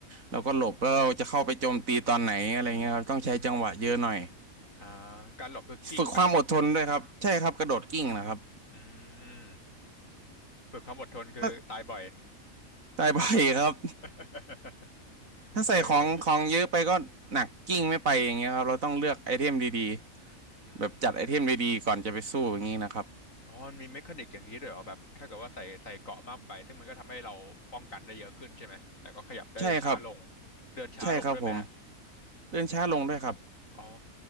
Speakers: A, on the right; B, on the left.
A: แล้วก็หลบแล้วเราจะเข้าไปโจมตีตอนไหนอะไรเงี้ยครับต้องใช้จังหวะเยอะหน่อย
B: อ่าการหลบคือกิ้งป่ะ
A: ฝึกความอดทนด้วยครับใช่ครับกระโดดกิ้งนะครับ
B: อืมฝึกความอดทนคือตายบ่อย
A: ถ้าใส่ไปครับ
B: <laughs>
A: <laughs> ถ้าใส่ของของเยอะไปก็หนักกิ้งไม่ไปอย่างเงี้ยครับเราต้องเลือกไอเทมดี
B: เออ
A: ๆแบบจัดไอเทมดีๆก่อนจะไปสู้อย่างงี้นะครับ
B: อืม อ๋อมันมีเมคานิกอย่างนี้ด้วยเหรอแบบถ้าเกิดว่าใส่ใส่เกราะมากไปซึ่งมันก็ทำให้เราป้องกันได้เยอะขึ้นใช่ไหมแล้วก็ขยับได้ช้าลง
A: ใช่ครับ
B: เดินช้าลงด้วยไหมฮะ
A: ใช่ครับผมเดินช้าลงด้วยครับ
B: อ๋อ